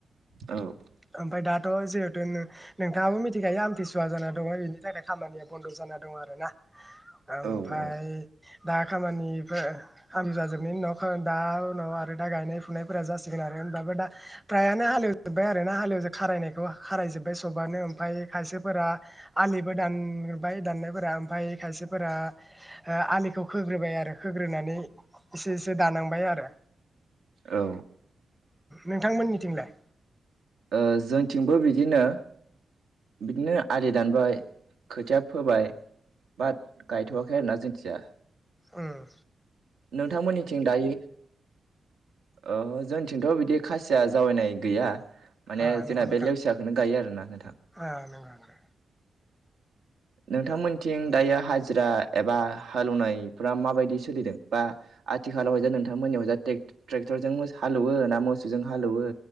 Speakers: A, on the right; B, in the centre.
A: औ
B: ओमफाय दा थ जिहेथु नो नोंथाङाबो मिथिखायो आमथिसुवा जाना दङ बेनि थाखाय खामानिया बन्द जाना दं आरो ना। ओमफाय
A: औ औ
B: दा खामानिफो हामजा जोबनायनि उनाव खा दा उनाव आरो दा गायनाय फुनायफोरा जासिगोन आरो होनबाबो दा फ्रायानो हालेवजोबबाय आरो ना हालेवजो थारायनायखौ खारायजोबबाय सबानो ओमफाय खायसेफोरा आलिबो दानबाय दाननायफोरा ओमफाय खायसेफोरा हा आलिखौ खोग्रोबाय आरो खोग्रोनानै एसे एसे दानहांबाय आरो
A: औ
B: नोंथांमोननिथिंलाय
A: ओ जोंथिंबो बिदिनो बिदिनो आलि दानबाय खोथिया फोबाय। बाट गायथयाखै आरोना जों थिया
B: ओं
A: नोंथांमोननिथिं दायो ओहो जोंथिंथ बिदि खासिया जावैनाय गैया माने
B: ओ नंगौ
A: जोंना
B: नोंथां
A: बे लेवसियाखौनो गायो आरोना नोंथां।
B: ओ नंगौ नंगौ
A: नोंथांमोनथिं दायो हाजिरा एबा हालेवनायफ्रा माबायदि सोलिदों? बा आथिखालाव जे नोंथांमोननियावजा टेक-ट्रेक्टरजों मोस हालौवो ना मोसौजों हालौवो